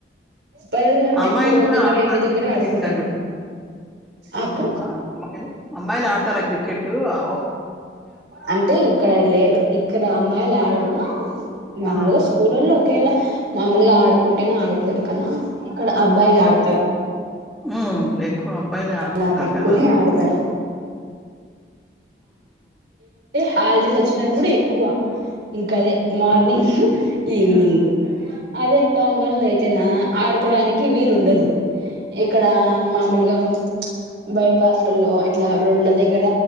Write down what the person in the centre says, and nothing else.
అమ్మాయిలు
కూడా
ఆడతారంట
క్రికెట్
అక్కడ
అమ్మాలు అమ్మాయిలు ఆడతారా క్రికెట్ అ ఆ
ఆ!
మ్మ్ అబ్బాయిలే ఆడుతుంటారు
కదా